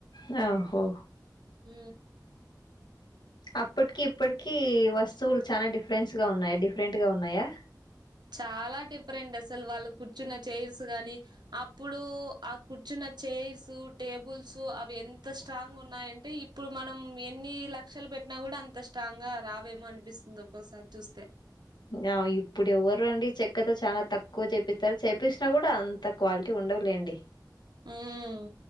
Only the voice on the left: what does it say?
యా హో
అప్పటికి ఇప్పటికి వస్తువులు చాలా డిఫరెన్స్ గా ఉన్నాయా డిఫరెంట్ గా ఉన్నాయా
యావ్ ఇప్పుడు ఎవ్వరండి చెక్కతో చానా తక్కువ చేపిత్తారు చేపిస్సినా కూడా అంత క్వాలిటీ ఉండవులేండి